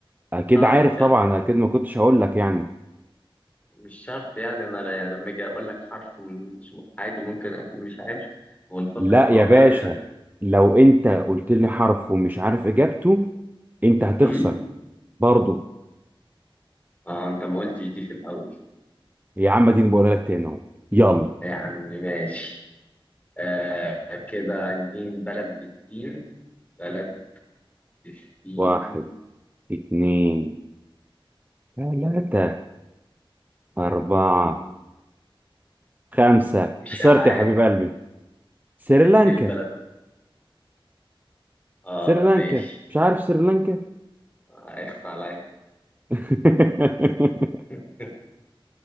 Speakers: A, on the right; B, on the left.
A: اكيد
B: صعبت
A: عارف
B: يعني
A: طبعا اكيد ما كنتش هقول لك يعني
B: مش شرط يعني انا لا- يعني لما اجي اقول لك حرف من- مش عادي ممكن اكون مش عارف ونفكر
A: لا
B: مع
A: يا
B: بعض
A: باشا
B: يعني
A: لو انت قلت لي حرف ومش عارف اجابته انت هتخسر
B: أمم؟
A: برضو
B: اه انت ما قلتش دي في الاول
A: يا عم دي بقولها لك تاني اهو يلا
B: يا عم ماشي آه كده عايزين بلد بالسين بلد بالسين
A: واحد اتنين تلاتة أربعة
B: مم،
A: خمسة
B: مش
A: خسرت
B: عارف
A: يا حبيب قلبي سريلانكا
B: ايه البلد اه
A: سريلانكا
B: ماشي
A: مش عارف سريلانكا
B: آه، اخفى عليا
A: <laughs>
B: <laughs>